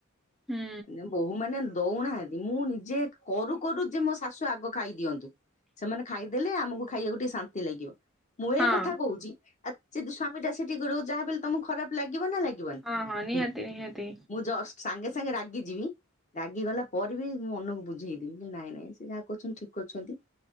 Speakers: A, in the centre; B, on the left.
A: ହୁଁ।
B: ଯେ ବୋହୂ ମାନେ ଦଉନାହାନ୍ତି, ମୁଁ ନିଜେ କରୁ କରୁ ଯେ ମୋ ଶାଶୁ ଆଗ ଖାଇଦିଅନ୍ତୁ। ସେମାନେ ଖାଇଦେଲେ ଆମକୁ ଖାଇବାକୁ ଟିକେ ଶାନ୍ତି ଲାଗିବ। ମୁଁ
A: ହଁ
B: ଏ କଥା କହୁଚି। ଆ ଯଦି ସ୍ଵାମୀ ଟା ସେଠିକି କରିବ ଯାହା ବି ହେଲେ ତମକୁ ଖରାପ ଲାଗିବ ନା ଲାଗି ବନି
A: ହଁ ହଁ ନିହାତି ନିହାତି
B: ମୁଁ ଜଷ୍ଟ ସାଙ୍ଗେ ସାଙ୍ଗେ ରାଗି ଯିବି। ରାଗିଗଲା ପରେ ବି ମନକୁ ବୁଝେଇଦବି ନାଇଁ ନାଇଁ ସେ ଯାହା କରୁଚନ୍ତି ଠିକ କରୁଚନ୍ତି।